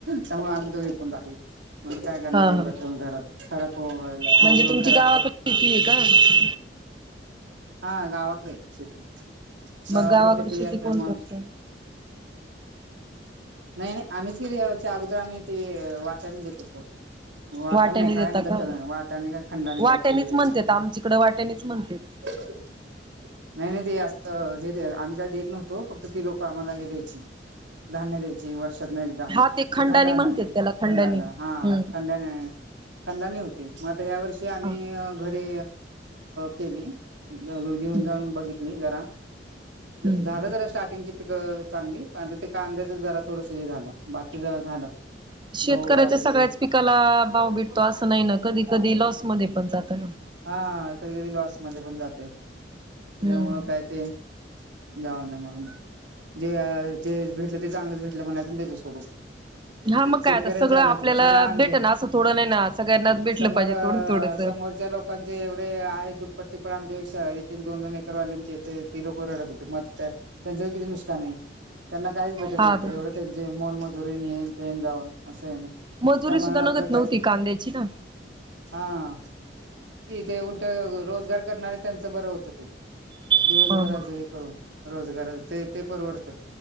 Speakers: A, on the right (about 85°); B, on the right (about 25°).
A: त्यामुळे आम्ही तो विकून टाकला. म्हणजे काय करण
B: हा
A: एवढं
B: हा
A: ठेवून घरात खराब ठेवून
B: म्हणजे
A: ठेवून
B: तुमची
A: खराब.
B: गावाकडे
A: ढ
B: शेती आहे का
A: हा गावाकडे शेती. गावाकडे
B: मग
A: शेती असल्यामुळे.
B: कोण करत
A: नाही नाही आम्हीच गेली अगोदर आम्ही ते वाटन देत होतो. वाटन
B: वाट्याने
A: नाही काय
B: देता
A: म्हणत्यात
B: का
A: वाटन <unintelligible> काही खंड नाही
B: वाट्यानीच
A: काहीतरी
B: म्हणतेत आमच्याकडे वाट्यानीच म्हणतेत.
A: <unintelligible> <unintelligible> नाही नाही ते असं हे आम्ही काय देत नव्हतो फक्त ती लोक आम्हाला हे द्यायची धान्य द्यायची वर्षातन एकदा.
B: हा खंडानी
A: ते खंडान
B: म्हणतेत त्याला खंडानी
A: खंडान हा
B: हम्म
A: खंडन खंडनी होती मग आता ह्या वर्षी आम्ही
B: हा.
A: मी घरी केली घेऊन
B: हम्म
A: जाऊन. बघितली जरा
B: हम्म.
A: झालं जरा स्टार्टिंगची पिक चांगली प ते कांद्याचं जरा थोडस हे झालं बाकी ज झालं.
B: शेतकऱ्याच्या
A: गहू बाजरी
B: सगळ्याच पिकाला भाव भेटतो असं नाही ना कधी कधी लॉस मध्ये पण जात ना.
A: हा कधी कधी लॉस मध्ये पण जातंय,
B: हम्म.
A: त्यामुळं काय ते जाऊन दे म्हणून, जे जे भेटलं ते चांगलंच भेटलं म्हणायच द्यायचं सोडून.
B: हा मग काय
A: शेतकऱ्यांचे
B: आता सगळं
A: हालत
B: आपल्याला
A: ग <unintelligible> आमच्या,
B: भेटन असं थोडं नाही ना सगळ्यांनाच भेटलं
A: समोर
B: पाहिजे थोडं थोडस.
A: समोरच्या लोकांचे तेवढे आहे दुप्पट तिप्पट आमच्या एक एक दोन दोन एकरवाल्यांचे ते ती लोक रडत होते मग ते त्यांचं पण किती नुकसान आहे. त्यांना काहीच भेटत
B: हा
A: नव्हतं
B: बर
A: एवढं त्यांचे मोलमजुरी येन तेन जाऊन असं आहे ना.
B: मजुरी
A: त्या म्हणाला
B: सुद्धा नगत
A: आपलं
B: नव्हती
A: कायच,
B: कांद्याची ना.
A: हा. थे उट रोजगार करणारे त्यांच बरं होतं ते. दिवसभराच
B: हा हा.
A: हे करून रोजगार ते ते परवडत